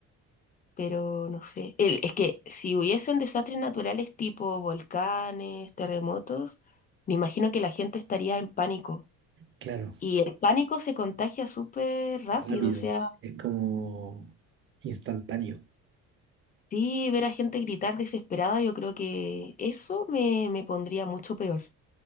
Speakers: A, on the left; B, on the right.
A: pero no sé. El- es que si hubiesen desastres naturales tipo volcanes, terremotos, me imagino que la gente estaría en pánico.
B: claro,
A: Y el pánico se contagia súper rápido,
B: rápido.
A: o sea,
B: Es como instantáneo.
A: sí, ver a gente gritar desesperada, yo creo que eso me, me pondría mucho peor.